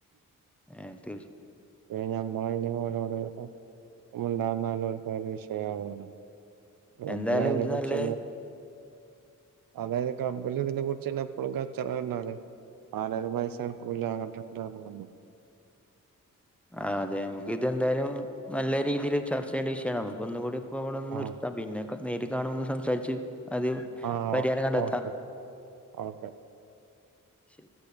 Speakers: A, in the centre; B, on the right.
A: ഏഹ് തീർച്ച
B: ഉം നമ്മ അമ്മയെടെ മോനോട് - ഞാൻ മിണ്ടാനിന്നാലും ഒരികെ വിഷയാവാണ്. നമ്മളെ
A: എന്തായാലും
B: അതിനെക്കുറിച്ചങ്ങ്
A: ഇത് നല്ല
B: അതായത് ക്ലബ്ബിലെ ഇതിനെ കുറിച്ചുന്നെ എപ്പോഴും കച്ചടവന്നാലേ ആളുകളെ പൈസ എടുക്കൂല്ല കേട്ടോ <unintelligible>
A: ആ അതെ നമുക്ക് എന്തായാലും നല്ല രീതിയിൽ ചർച്ച ചെയ്യേണ്ട വിഷയമാണ് നമുക്ക് ഒന്നുകൂടി അപ്പ അവിടെന്ന്
B: ആ
A: നിർത്താ പിന്നെക്കെ നേരിട്ട കാണുമെന്ന് സംസാരിച്ച് അത്
B: ആ
A: പരിഹാരം കണ്ടെത്താം-
B: ഓക്കെ ഓക്കെ
A: ശരി